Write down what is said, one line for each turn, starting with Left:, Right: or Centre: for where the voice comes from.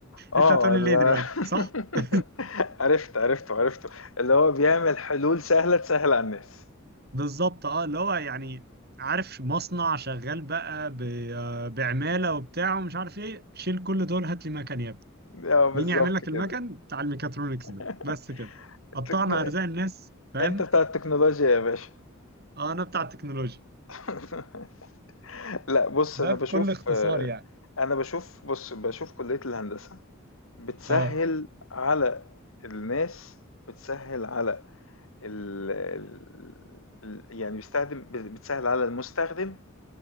Left: اه
Right: انت هتقولي
Left: لا
Right: ليه دلوقتي صح
Left: <laughs>
Right: <laughs>
Left: عرفت عرفته عرفته اللي هو بيعمل حلول سهلة تسهل على الناس
Right: بالظبط اه اللي هو يعني عارف مصنع شغال بقى ب- آه، بعمالة وبتاع ومش عارف ايه شيل كل دول هات لي مكن يا ابني
Left: اه بالظبط
Right: مين يعمل لك المكن
Left: كده
Right: بتاع الميكاترونكس ده
Left: <laughs>
Right: بس كده قطعنا
Left: تكنو...
Right: ارزاق الناس فاهم
Left: انت بتاع التكنولوجيا يا باشا
Right: اه انا بتاع التكنولوجيا
Left: <laughs> لا بص
Right: ده
Left: انا
Right: بكل
Left: بشوف
Right: اختصار
Left: آه،
Right: يعني
Left: انا بشوف بص بشوف كلية الهندسة بتسهّل
Right: اه
Left: على الناس، بتسهّل على ال ال يعني بيستخدم ب بتسهّل على المستخدم